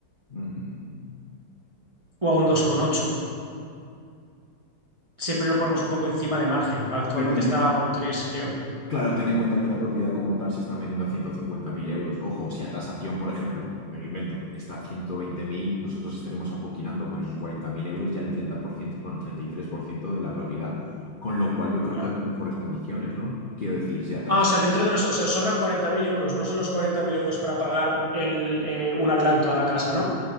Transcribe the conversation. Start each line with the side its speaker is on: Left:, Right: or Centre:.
Left: mm,
Right: o a un dos coma ocho Siempre lo ponemos un poco encima de margen. Actualmente
Left: a ver, tened-
Right: está a un tres creo.
Left: Claro, ten en cuenta que la propiedad como tal se está vendiendo a 150.000 euros. Ojo, si a tasación, por ejemplo, me lo invento, está a 120.000. nosotros estaremos apoquinando con esos 40.000 euros ya el 30%, bueno, el 33% de la propiedad. Con lo cual yo creo
Right: Claro.
Left: que hay mejores condiciones, ¿no? Quiero decir, si a tas-
Right: Ah, o sea, dentro de los, o sea, sobran 40.000 euros, no son los 40.000 euros para pagar el, eh, un adelanto a la casa, ¿no?